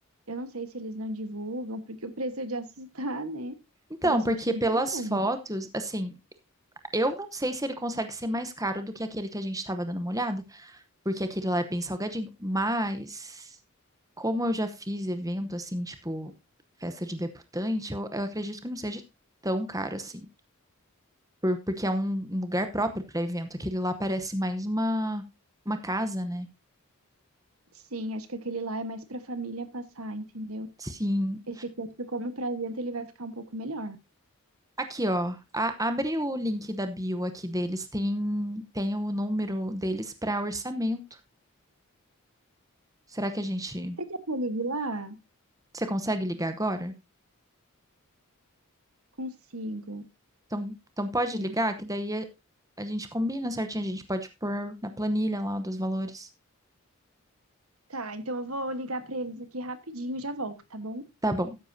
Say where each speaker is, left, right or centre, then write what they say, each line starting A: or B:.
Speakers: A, on the right; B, on the right.
A: Eu não sei se eles não divulgam, porque o preço é de assustar, né?
B: Então,
A: Mas eu só
B: porque
A: achei
B: pelas
A: um telefone.
B: fotos, assim, eu não sei se ele consegue ser mais caro do que aquele que a gente estava dando uma olhada, porque aquele lá é bem salgadinho, mas como eu já fiz evento assim, tipo, festa de debutante, eu, eu acredito que não seja tão caro assim, por- porque é um, um lugar próprio para evento. Aquele lá parece mais uma, uma casa, né?
A: Sim, acho que aquele lá é mais pra família passar, entendeu?
B: Sim.
A: Esse aqui, acho que como presente, ele vai ficar um pouco melhor.
B: Aqui, ó. a- abre o link da bio aqui deles. Tem, tem o número deles para orçamento. Será que a gente.
A: Você quer que eu ligue lá?
B: Você consegue ligar agora?
A: Consigo.
B: Então, então pode
A: Peraí.
B: ligar, que daí a, a gente combina certinho. A gente pode pôr na planilha lá dos valores.
A: Tá, então eu vou ligar pra eles aqui rapidinho e já volto, tá bom?
B: Tá bom.